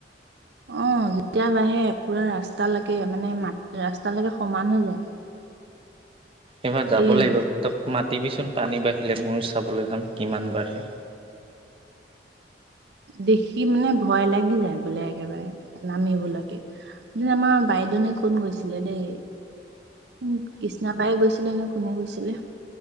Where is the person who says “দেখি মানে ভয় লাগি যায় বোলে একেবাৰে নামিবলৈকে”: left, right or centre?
Right